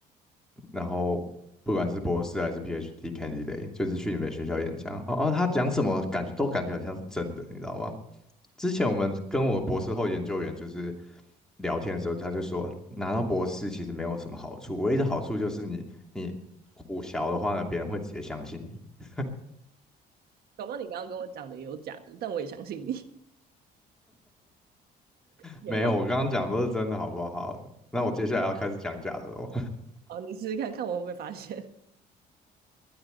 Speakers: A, in the centre; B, on the right.
A: 然后不管是博士还是 PhD candidate，就是去你们学校演讲，哦哦，他讲什么感觉都感觉好像是真的，你知道吗？之前我们跟我博士后研究员就是聊天的时候，他就说拿到博士其实没有什么好处，唯一的好处就是你你胡淆的话呢，别人会直接相信你。
B: 宝宝，你刚刚跟我讲的也有假的，但我也相信你 <laughs> 有吗？
A: 没有，我刚刚讲的都是真的，好不好？<laughs> 那我接下来要开始讲假的喽。
B: 好，你试试看看我会不会发现。